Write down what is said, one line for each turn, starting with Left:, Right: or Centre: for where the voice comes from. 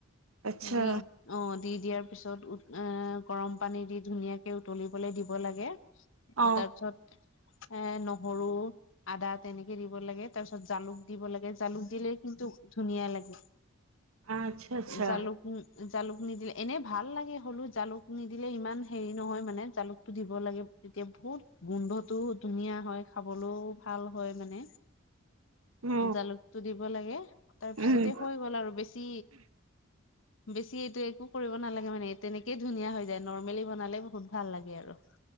Right: আচ্ছা
Left: দি অহ দি দিয়াৰ পিছত উম গৰম পানী দি ধুনীয়াকে উতলিবলৈ দিব লাগে
Right: অ
Left: তাৰপিছত এ নহৰু আদা তেনেকে দিব লাগে তাৰ পিছত জালুক দিব লাগে জালুক দিলে কি কিন্তু ধুনীয়া লাগে
Right: আচ্ছা আচ্ছা
Left: জালুক জালুক নিদিলে এনে ভাল লাগে হলো জালুক নিদিলে ইমান হেৰি নহয় মানে জালুকতটো দিব লাগে তেতিয়া বহুত গোন্ধটোও ধুনীয়া হয় খাবলৈও ভাল হয় মানে
Right: অ
Left: জালুকটো দিব লাগে তাৰপিছতে
Right: উম
Left: হৈ গ'ল আৰু বেছি বেছি এইটো একো কৰিব নালাগে মানে তেনেকেই ধুনীয়া হৈ যায় নৰ্মেলি বনালে বহুত ভাল লাগে আৰু